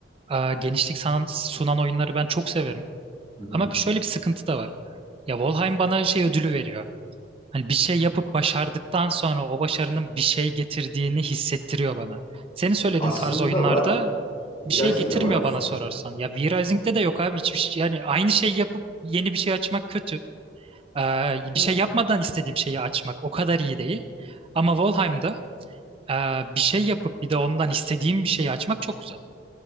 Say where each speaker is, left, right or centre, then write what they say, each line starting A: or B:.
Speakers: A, on the right (about 30°); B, on the left (about 30°).
A: e, genişlik sanan, sunan oyunları ben çok severim.
B: Hı hı.
A: Ama bir- şöyle bir sıkıntı da var. Ya Valheim bana şey ödülü veriyor. Hani bir şey yapıp başardıktan sonra o başarının bir şey getirdiğini hissettiriyor bana. Senin söylediğin
B: Aslında
A: tarz oyunlarda
B: var. New
A: bir şey
B: Rising
A: getirmiyor
B: de var aslında.
A: bana sorarsan. Ya V-Rising'de de yok abi hiçbir şey. Yani aynı şey yapıp yeni bir şey açmak kötü. Ee, bir
B: Ya,
A: şey yapmadan istediğim şeyi açmak o kadar iyi değil. Ama Valheim'da e, bir şey yapıp bir de ondan istediğim bir şeyi açmak çok güzel.